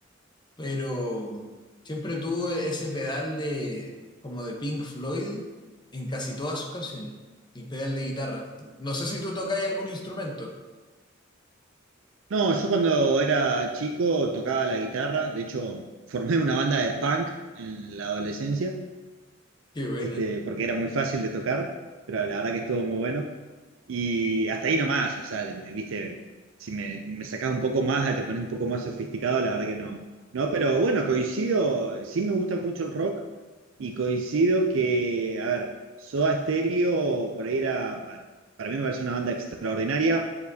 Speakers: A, on the left; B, on the right.
A: pero siempre tuvo ese pedal de como de Pink Floyd en casi todas sus canciones, el pedal de guitarra. No sé si tú tocáis algún instrumento.
B: No, yo cuando era chico tocaba la guitarra, de hecho <laughs> formé una banda de punk en la adolescencia,
A: Qué buena.
B: este, porque era muy fácil de tocar, pero la verdad que estuvo muy bueno. Y hasta ahí nomás, o sea, viste, si me, me sacás un poco más, te pones un poco más sofisticado, la verdad que no. No, pero bueno, coincido, sí me gusta mucho el rock y coincido que, a ver, Soda Stereo, por ahí era, a ver, para mí me parece una banda extraordinaria.